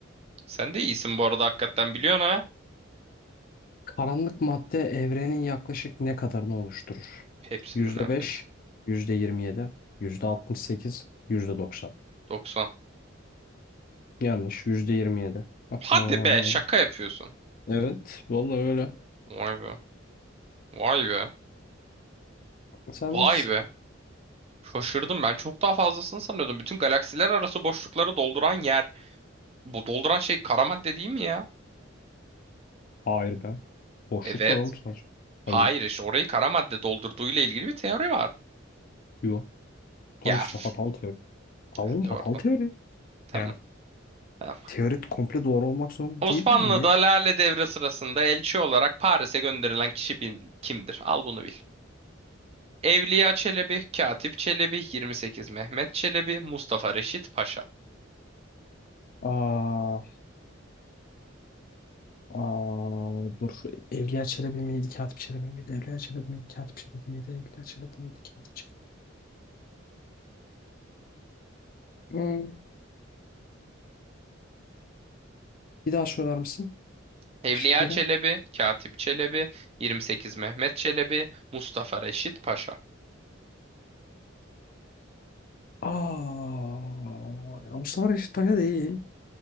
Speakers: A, on the right; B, on the left.
A: Sen de iyisin bu arada hakikaten biliyorsun ha.
B: Karanlık madde evrenin yaklaşık ne kadarını oluşturur?
A: Hepsini
B: Yüzde
A: neredeyse.
B: yüzde yüzde beş, yirmi yedi, yüzde altmış sekiz, yüzde doksan.
A: 90.
B: Yanlış. yüzde yirmi yedi. Aha.
A: Hadi be şaka yapıyorsun.
B: Evet. Vallahi öyle.
A: Vay be. Vay be.
B: Sen
A: Vay
B: nesin?
A: be. Şaşırdım ben. Çok daha fazlasını sanıyordum. Bütün galaksiler arası boşlukları dolduran yer. Bu dolduran şey kara madde değil mi ya?
B: Hayır be. Boşluk
A: Evet.
B: var oğlum sadece.
A: Hayır
B: Hayır.
A: işte orayı kara madde doldurduğuyla ilgili bir teori var.
B: Yok. Tam
A: Ya.
B: işte
A: üf.
B: hatalı teori. Tamam
A: Hadi
B: oğlum hatalı
A: orada.
B: teori.
A: Tamam.
B: Yani
A: Tamam.
B: teori komple doğru olmak zorunda
A: Osmanlı'da
B: değil yani. Neyse.
A: Lale Devri sırasında elçi olarak Paris'e gönderilen kişi bil- kimdir? Al bunu bil. Evliya Çelebi, Katip Çelebi, 28 Mehmet Çelebi, Mustafa Reşit Paşa.
B: Aa, Aa, dur. Evliya Çelebi miydi? Katip Çelebi miydi? Evliya Çelebi miydi? Katip Çelebi miydi? Evliya Çelebi miydi? Katip Çelebi. Hmm. Bir daha söyler misin
A: Evliya
B: şıkları?
A: Çelebi, Katip Çelebi, 28 Mehmet Çelebi, Mustafa Reşit Paşa.
B: Aa, ya Mustafa Reşit Paşa değil.